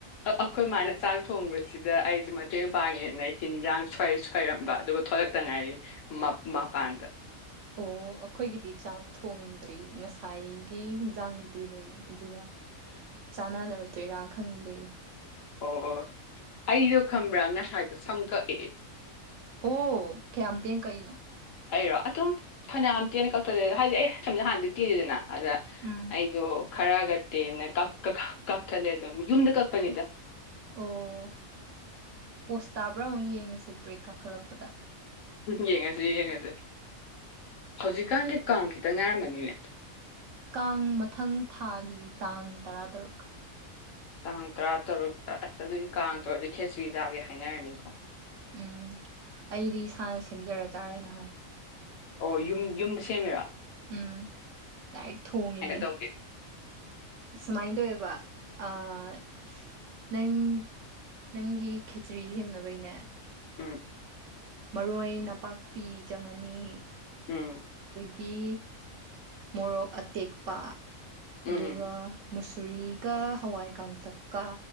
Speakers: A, on the left (about 70°); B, on the right (about 70°).
A: ꯑꯩꯈꯣꯏ ꯃꯥꯅ ꯆꯥꯛ ꯊꯣꯡꯕꯁꯤꯗ ꯑꯩꯁꯦ ꯃꯇꯦꯡ ꯄꯥꯡꯉꯦꯅ ꯍꯤꯟꯖꯥꯡ ꯁꯣꯏꯔꯝꯕ ꯑꯗꯨꯒ ꯊꯂꯛꯇꯉꯥꯏ ꯃꯄꯥꯟꯗ
B: ꯑꯣ ꯑꯩꯈꯣꯏꯒꯤꯗꯤ ꯆꯥꯛ ꯊꯣꯡꯗ꯭ꯔꯤ ꯉꯁꯥꯏꯒꯤ ꯏꯟꯖꯥꯡꯕꯨꯗꯤ ꯂꯩ ꯑꯗꯨꯅ ꯆꯥꯟꯅꯅꯔꯛꯇꯣꯏꯔꯥ ꯈꯪꯗꯦ
A: ꯑꯣ ꯑꯩꯗꯣ ꯈꯕ꯭ꯔꯥ ꯉꯁꯥꯏꯗꯣ ꯁꯝ ꯀꯛꯑꯦ
B: ꯑꯣ ꯀꯌꯥꯝꯇꯦꯟ ꯀꯛꯏꯅꯣ
A: ꯑꯩꯔꯣ ꯑꯗꯨꯝ ꯐꯅꯌꯥꯝ ꯇꯦꯅ ꯀꯛꯊꯣꯛꯂꯦꯗ ꯍꯥꯏꯗꯤ ꯑꯩ ꯁꯝꯅ ꯍꯥꯟꯅꯗꯩ ꯇꯦꯜꯂꯤꯗꯅ ꯑꯗ
B: ꯎꯝ
A: ꯑꯩꯁꯨ ꯈꯔꯒ ꯇꯦꯟꯅ ꯀꯛꯊꯠꯂꯦ ꯑꯗꯨꯝ ꯌꯨꯝꯗ ꯀꯛꯄꯅꯤꯗ
B: ꯑꯣ ꯄꯣꯁ ꯇꯥꯕ꯭ꯔꯥ ꯑꯃꯨꯛ ꯌꯦꯡꯉꯁꯤ ꯕ꯭ꯔꯦꯛ ꯀꯥꯈꯠꯂꯛꯄꯗ
A: ꯎ ꯌꯦꯡꯉꯁꯤ ꯌꯦꯡꯉꯁꯤ ꯍꯧꯖꯤꯛꯀꯥꯟꯖꯦ ꯀꯥꯡ ꯈꯤꯇꯡ ꯉꯥꯏꯔꯝꯃꯅꯤꯅꯦ
B: ꯀꯥꯡ ꯃꯊꯪ ꯊꯥꯒꯤ ꯇꯥꯡ ꯇꯔꯥꯇꯔꯨꯛ
A: ꯇꯥꯡ ꯇꯔꯥ ꯇꯔꯨꯛꯇ ꯑꯁ ꯑꯗꯨꯗꯤ ꯀꯥꯡ ꯇꯧꯔꯗꯤ ꯈꯦꯆ꯭ꯔꯤ ꯆꯥꯒꯦ ꯍꯥꯏꯅꯔꯅꯤꯀꯣ
B: ꯎꯝ ꯑꯩꯗꯤ ꯏꯁꯥꯅ ꯁꯦꯝꯖꯔ ꯆꯥꯔꯦ ꯅꯍꯥꯟ
A: ꯑꯣ ꯌꯨꯝ ꯌꯨꯝꯗ ꯁꯦꯝꯃꯤꯔꯥ
B: ꯎꯝ ꯗꯥꯏꯔꯦꯛ ꯊꯣꯡꯉꯤꯅꯦ
A: ꯇꯧꯒꯦ
B: ꯁꯨꯃꯥꯏꯅ ꯇꯧꯋꯦꯕ ꯑꯥ ꯅꯪ ꯅꯪꯒꯤ ꯈꯦꯆ꯭ꯔꯤ ꯁꯦꯝꯅꯕꯩꯅꯦ
A: ꯎꯝ
B: ꯃꯔꯣꯏ ꯅꯄꯥꯛꯄꯤ ꯆꯪꯉꯅꯤ
A: ꯎꯝ
B: ꯒꯤ ꯃꯣꯔꯣꯛ ꯑꯇꯦꯛꯄ
A: ꯎꯝ
B: ꯑꯗꯨꯒꯨꯁ
A: ꯎꯝ
B: ꯁꯨꯔꯤꯒ ꯍꯋꯥꯏ ꯀꯇꯛꯀ